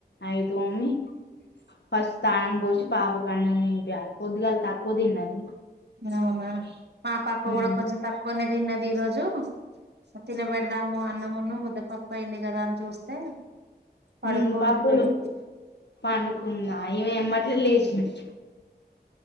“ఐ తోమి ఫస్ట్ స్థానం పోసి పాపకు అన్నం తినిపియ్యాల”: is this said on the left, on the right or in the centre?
Left